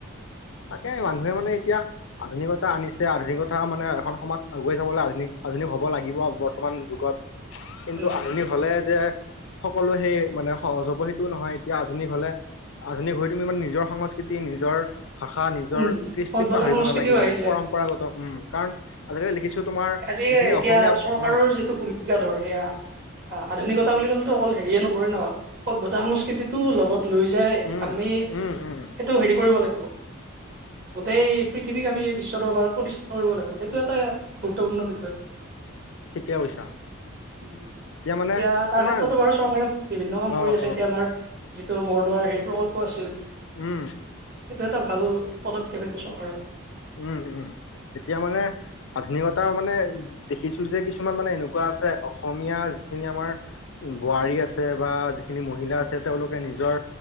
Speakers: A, on the left; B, on the right.
A: তাকে মানুহে মানে এতিয়া আধুনিকতা আনিছে আধুনিকতা মানে এখন সমাজ আগুৱাই যাবলৈ আধুনিক আধুনিক হ'ব লাগিব বৰ্তমান যুগত কিন্তু
B: উম
A: আধুনিক হ'লে যে সকলো সেই মানে সহজ হ'ব সেইটো নহয় এতিয়া আধুনিক হলে আধুনিক হৈ তুমি মানে নিজৰ সংস্কৃতি নিজৰ ভাষা নিজৰ
B: উম
A: কৃষ্টিক
B: সভ্যতা
A: পাহৰিব
B: সংস্কৃতিও
A: নালাগিব
B: আহি যায়
A: পৰম্পৰাগত উম কাৰণ আজিকালি লিখিছো তোমাৰ
B: জি
A: যিখিনি
B: এতিয়া
A: অসমীয়া
B: চৰকাৰৰ
A: অ
B: যিটো সুবিধা ধৰ এয়া আধুনিকতা বুলি ক'লে অকল হেৰিয়ে নকৰে নহয় সভ্যতা সংস্কৃতিটো লগত লৈ যাই
A: উম
B: আমি
A: উম উম
B: সেইটো হেৰি কৰিব লাগিব
A: <inaudible>
B: গোটেই পৃথিৱীক আমি এই বিশ্ব দৰবাৰত প্ৰতিষ্ঠা কৰিব লাগিব সেইটো এটা গুৰুত্বপূৰ্ণ বিষয়
A: ঠিকে কৈছা
B: উ
A: মানে
B: এতিয়া তাৰ
A: তোমাৰ
B: ক্ষেত্ৰতো বাৰু চৰকাৰে বিভিন্ন কাম
A: অ
B: কৰি আছে
A: অ
B: এতিয়া আমাৰ যিটো বৰদোৱাৰ হেৰি প্ৰকল্প আছিল
A: উম
B: এইটো এটা ভাল পদক্ষেপ এইটো চৰকাৰৰ।
A: উম উম তেতিয়া মানে আধুনিকতাৰ মানে দেখিছো যে কিছুমান মানে এনেকুৱা আছে অসমীয়া যিখিনি আমাৰ বোৱাৰী আছে বা বা যিখিনি মহিলা আছে তেওঁলোকে নিজৰ